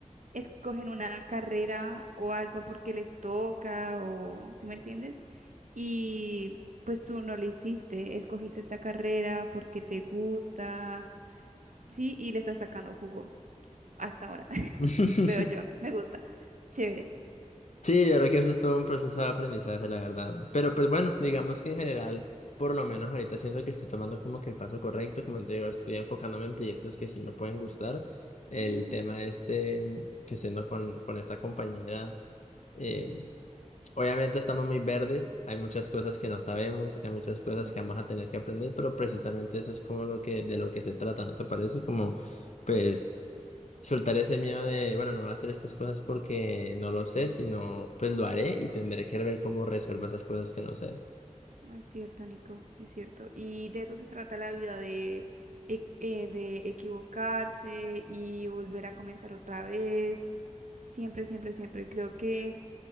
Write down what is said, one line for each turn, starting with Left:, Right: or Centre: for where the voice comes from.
Right: escogen una carrera o algo porque les toca, o, si me entiendes? Y pues tú no lo hiciste, escogiste esta carrera porque te gusta, sí, y le estás sacando jugo hasta ahora.
Left: <laughs>
Right: Veo yo, me gusta. Chévere.
Left: Sí, yo creo que eso es todo un proceso de aprendizaje, la verdad. Pero pues bueno, digamos que en general, por lo menos ahorita siento que estoy tomando como que el paso correcto, como te digo, estoy enfocándome en proyectos que sí me pueden gustar. El
Right: Mm,
Left: tema este que siendo con, con esta compañera. em, Obviamente estamos muy verdes, hay muchas cosas que no sabemos, hay muchas cosas
Right: sí,
Left: que vamos a tener que aprender, pero precisamente eso es como lo que, de lo que se trata, ¿no te parece? Como, pues, soltar ese miedo de, bueno, no voy a hacer estas cosas porque no lo sé, sino, pues lo haré y tendré que ver cómo resuelvo esas cosas que no sé.
Right: no, es cierto, Nico, es cierto. Y de eso se trata la vida, de, e- eh, de equivocarse y volver a comenzar otra vez. Siempre, siempre, siempre. Creo que